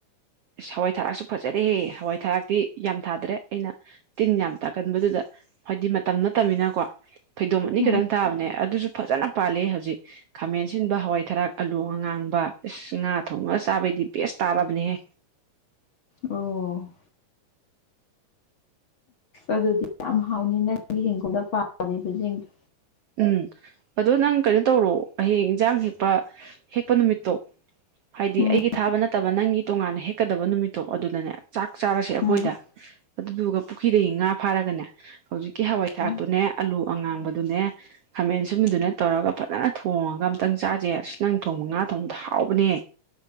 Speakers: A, on the right; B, on the left.
A: ꯑꯁ ꯍꯋꯥꯏ ꯊꯔꯥꯛꯁꯨ ꯐꯖꯔꯦꯍꯦ ꯍꯋꯥꯏ ꯊꯔꯥꯛꯇꯤ ꯌꯥꯝ ꯊꯥꯗ꯭ꯔꯦ ꯑꯩꯅ ꯇꯤꯟ ꯌꯥꯝ ꯇꯥꯛꯀꯟꯕꯗꯨꯗ ꯍꯥꯏꯗꯤ ꯃꯇꯝ ꯅꯠꯇꯕꯅꯤꯅꯀꯣ ꯐꯩꯗꯣꯝ ꯑꯅꯤ
B: ꯎꯝ
A: ꯈꯛꯇꯪ ꯊꯥꯕꯅꯦ ꯑꯗꯨꯖꯨ ꯐꯖꯅ ꯄꯥꯜꯂꯦ ꯍꯧꯖꯤꯛ ꯈꯥꯃꯦꯟꯁꯤꯟꯕ ꯍꯋꯥꯏꯊꯔꯥꯛ ꯑꯥꯂꯨ ꯑꯉꯥꯡꯕ ꯏꯁ ꯉꯥ ꯊꯣꯡꯕꯒ ꯆꯥꯕꯩꯗꯤ ꯕꯦꯁ ꯇꯥꯔꯕꯅꯦꯍꯦ
B: ꯑꯣ ꯑꯗꯨꯗꯤ ꯌꯥꯝ ꯍꯥꯎꯅꯤ ꯅꯪꯒꯤ ꯍꯤꯡꯒꯣꯜꯗ ꯄꯥꯂꯤꯕꯖꯤꯡꯗꯣ
A: ꯎꯝ ꯑꯗꯣ ꯅꯪ ꯀꯩꯅꯣ ꯇꯧꯔꯣ ꯍꯌꯦꯡ ꯏꯟꯖꯥꯡ ꯍꯦꯛꯄ ꯍꯦꯛꯄ ꯅꯨꯃꯤꯠꯇꯣ ꯍꯥꯏꯗꯤ
B: ꯎꯝ
A: ꯑꯩꯒꯤ ꯊꯥꯕ ꯅꯠꯇꯕ ꯅꯪꯒꯤ ꯇꯣꯉꯥꯟꯅ ꯍꯦꯛꯀꯗꯕ ꯅꯨꯃꯤꯠꯇꯣ ꯑꯗꯨꯗꯅꯦ ꯆꯥꯛ ꯆꯥꯔꯁꯦ ꯑꯩꯈꯣꯏꯗ
B: ꯎꯝ
A: ꯑꯗꯨꯗꯨꯒ ꯄꯨꯈ꯭ꯔꯤꯗꯒꯤ ꯉꯥ ꯐꯥꯔꯒꯅꯦ ꯍꯧꯖꯤꯛꯀꯤ ꯍꯋꯥꯏ ꯊꯔꯥꯛꯇꯨꯅꯦ
B: ꯎꯝ
A: ꯑꯂꯨ ꯑꯉꯥꯡꯕꯗꯨꯅꯦ ꯈꯥꯃꯦꯟ ꯑꯁꯤꯟꯕꯗꯨꯅꯦ ꯇꯧꯔꯒ ꯐꯖꯅ ꯊꯣꯡꯉꯒ ꯑꯝꯇꯪ ꯆꯥꯖꯦ ꯑꯁ ꯅꯪ ꯊꯣꯡꯕ ꯉꯥ ꯊꯣꯡꯕꯗꯣ ꯍꯥꯎꯕꯅꯦ